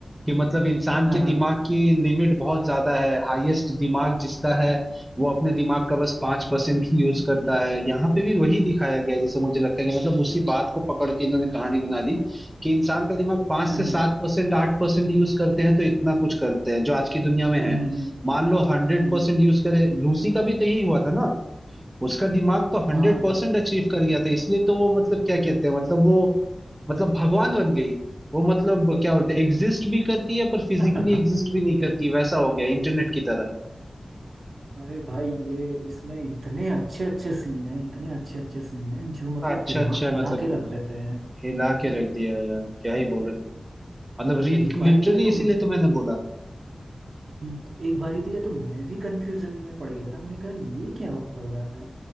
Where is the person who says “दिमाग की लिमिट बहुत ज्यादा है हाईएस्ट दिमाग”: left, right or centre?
Right